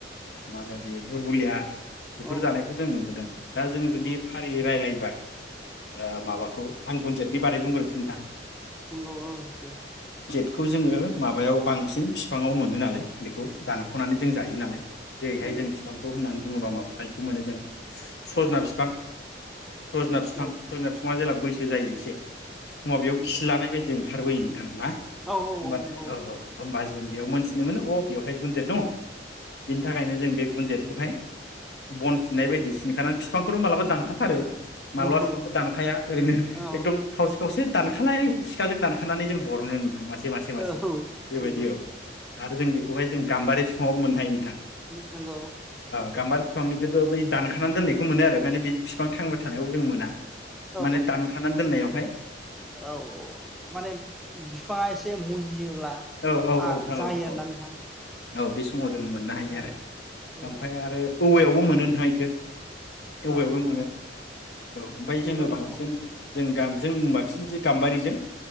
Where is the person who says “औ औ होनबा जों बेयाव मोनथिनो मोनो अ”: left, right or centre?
Left